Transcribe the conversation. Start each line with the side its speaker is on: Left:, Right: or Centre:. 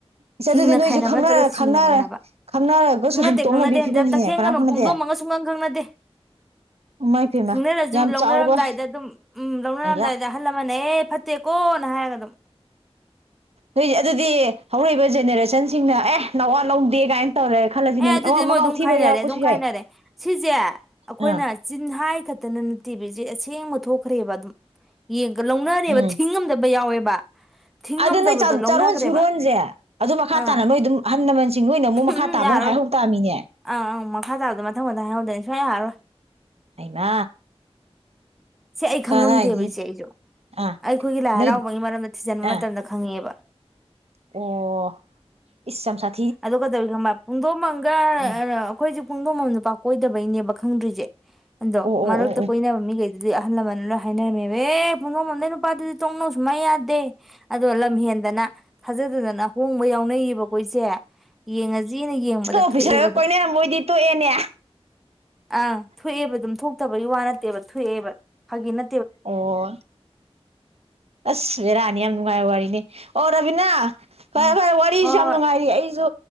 Right: ꯏꯁ
Centre: ꯍꯤꯡꯅ
Right: ꯑꯗꯨꯗꯤ ꯅꯣꯏꯁꯨ
Centre: ꯈꯥꯏꯅꯕ
Right: ꯈꯪꯅꯔ
Centre: ꯅꯠꯇ꯭ꯔꯒ ꯁꯤꯅ
Right: ꯈꯪꯅꯔ
Centre: ꯈꯥꯏꯅꯕ
Right: ꯈꯪꯅꯔꯒꯁꯨ
Centre: ꯈꯪꯅꯗꯦ
Right: ꯑꯗꯨꯝ ꯇꯣꯛꯅꯕꯤ
Centre: ꯈꯪꯅꯗꯦ
Right: ꯐꯤꯕꯝꯅꯤꯅꯦ
Centre: ꯍꯟꯗꯛ ꯇꯈꯦꯡꯒꯅꯨ
Right: ꯀꯅꯥꯝ ꯈꯪꯅꯗꯦ
Centre: ꯄꯣꯡꯗꯣꯛꯝꯃꯒ ꯁꯨꯡꯒꯪ ꯈꯪꯅꯗꯦ ꯠꯇꯦ
Right: ꯏꯃꯥꯏ ꯄꯦꯝꯃ
Centre: ꯈꯪꯅꯔꯁꯨ
Right: ꯌꯥꯝ
Centre: ꯂꯧꯅꯔꯝꯗꯥꯏꯗ
Right: ꯆꯥꯎꯕ
Centre: ꯑꯗꯨꯝ ꯎꯝ ꯃꯝꯗꯏꯗ
Right: ꯑꯌꯥ
Centre: ꯍꯜ ꯃꯅꯦ ꯐꯠꯇꯦ ꯀꯣ ꯍꯅ ꯍꯥꯏꯒ ꯑꯗꯨꯝ
Right: ꯅꯣꯏꯁꯦ ꯑꯗꯨꯗꯤ ꯍꯧꯔꯛꯏꯕ ꯖꯦꯅꯦꯔꯦꯁꯟꯁꯤꯡꯅ ꯑꯦ ꯅꯋꯥ ꯂꯧꯗꯦ ꯀꯥꯏꯅ ꯇꯧꯔꯦ ꯈꯜꯂꯁꯤꯅꯦ
Centre: ꯑꯦ ꯑꯗꯨꯗꯤ
Right: ꯑꯣ ꯃꯉꯥꯎ
Centre: ꯃꯣꯏ ꯑꯗꯨꯝ
Right: ꯊꯤꯕ
Centre: ꯈꯥꯏꯅꯔꯦ
Right: ꯌꯥꯎꯔꯛꯄꯁꯨ
Centre: ꯑꯗꯨꯝ
Right: ꯌꯥꯏ
Centre: ꯈꯥꯏꯅꯔꯦ ꯁꯤꯁꯦ ꯑꯩꯈꯣꯏꯅ
Right: ꯑꯥ
Centre: ꯆꯤꯟꯍꯥꯏ ꯈ ꯇꯤꯕꯤꯁꯦ ꯑꯁꯦꯡꯕ ꯊꯣꯛꯈ꯭ꯔꯦꯕ ꯑꯗꯨ ꯂꯧꯅꯔꯦꯕ
Right: ꯎꯝ
Centre: ꯊꯤꯡꯉꯝꯗꯕ ꯌꯥꯎꯋꯦꯕ <inaudible> ꯊꯤꯡꯉꯝꯗꯕꯗꯣ
Right: ꯑꯗꯨ ꯅꯣꯏ
Centre: ꯂꯧꯅꯈ꯭ꯔꯦꯕ
Right: ꯆꯥꯔꯣꯟ ꯁꯨꯔꯣꯟꯁꯦ ꯑꯗꯨ ꯃꯈꯥ
Centre: ꯑꯥ
Right: ꯇꯥꯅ ꯅꯣꯏ ꯑꯗꯨꯝ ꯑꯍ ꯂꯃꯟꯁꯤꯡ ꯅꯣꯏꯅ ꯑꯃꯨꯛ ꯃꯈꯥ
Centre: ꯎꯝ
Right: ꯇꯥꯕꯇ
Centre: ꯌꯥꯔꯣꯏ
Right: ꯍꯥꯏꯍꯧ ꯇꯃꯤꯅꯦ
Centre: ꯑꯪ ꯑꯪ ꯃꯈꯥ ꯇꯥꯕꯗ ꯃꯊꯪ ꯃꯊꯪ ꯍꯥꯏꯍꯧꯗꯣꯏꯅꯤ ꯁꯨꯛꯌꯥ ꯌꯥꯔꯔꯣꯏ
Right: ꯍꯩꯃꯥ
Centre: ꯁꯤ ꯑꯩ ꯈꯪꯉꯝꯗꯦꯕ
Right: ꯀꯗꯥꯏꯗꯒꯤ
Centre: ꯏꯆꯦ ꯑꯩꯁꯨ
Right: ꯑꯥ
Centre: ꯑꯩꯈꯣꯏꯒꯤ ꯂꯥꯏ
Right: ꯅꯣꯏ
Centre: ꯍꯔꯥꯎꯕꯒꯤ ꯃꯔꯝꯗ ꯊꯤꯖꯤꯟꯕ
Right: ꯑꯥ
Centre: ꯃꯇꯝꯗ ꯈꯪꯉꯦꯕ
Right: ꯑꯣ ꯏꯁꯝꯁ
Centre: ꯑ ꯀꯩꯗꯧꯋꯤ ꯈꯪꯕ ꯄꯨꯡꯗꯣꯝꯐꯝꯝꯒ
Right: ꯎꯝ
Centre: ꯑꯩꯈꯣꯏꯁꯨꯦ ꯄꯨꯡꯗꯣꯐꯝꯝꯗ ꯄ ꯀꯣꯏꯗꯕꯩꯅꯦꯕ ꯈꯪꯗ꯭ꯔꯤꯁꯦ ꯑꯗꯣ
Right: ꯑꯣ ꯑꯣ
Centre: ꯃꯔꯛꯇ
Right: ꯑꯣ ꯑꯣ
Centre: ꯀꯣꯏꯕ ꯃꯤ ꯀꯩꯗꯨꯗꯤ ꯑꯗꯨꯗꯤ ꯑꯍꯜ ꯂꯃꯟꯅ ꯂꯣꯏ ꯍꯥꯏꯅꯔꯝꯃꯦꯕ ꯑꯦ ꯐꯣꯡꯗꯣꯡꯐꯝꯝꯗꯩ ꯅꯨꯄꯥꯗꯨꯗꯤ ꯇꯣꯡꯅꯧ ꯁꯨꯡꯃꯥꯏ ꯌꯥꯗꯦ ꯑꯗꯣ ꯂꯝ ꯍꯦꯟꯗꯅ ꯊꯥꯖꯗꯗꯅ ꯍꯣꯡꯕ ꯌꯥꯎꯅꯩꯌꯦꯕꯀꯣ ꯏꯆꯦ ꯌꯦꯉ ꯍꯧꯖꯤꯅ ꯌꯦꯡꯕꯗ
Right: ꯏꯁꯀ ꯑꯣꯐꯤꯁꯔꯒ
Centre: ꯊꯣꯛꯑꯦꯕ
Right: ꯀꯣꯏꯅꯔꯝꯕꯣꯏꯗꯤ
Centre: ꯑꯗꯨꯝ
Right: ꯇꯣꯛꯑꯦꯅꯦ
Centre: ꯑꯪ ꯊꯣꯛꯑꯦꯕ ꯑꯗꯨꯝ ꯊꯣꯛꯇꯕꯒꯤ ꯋꯥ ꯅꯠꯇꯦꯕ ꯑꯕ ꯐꯒꯤꯅ
Right: ꯑꯣ ꯑꯁ ꯁꯦꯔ ꯑꯅꯤ ꯌꯥꯝ ꯅꯨꯡꯉꯥꯏ ꯋꯥꯔꯤ ꯑꯣ ꯔꯕꯤꯅꯥ ꯐꯔꯦ
Centre: ꯎꯝ
Right: ꯐꯔꯦ ꯋꯥꯔꯤꯁꯨ
Centre: ꯍꯣꯏ
Right: ꯌꯥꯝ
Centre: ꯍꯣꯏ
Right: ꯅꯨꯡꯉꯥꯏꯔꯤ ꯑꯩꯁꯨ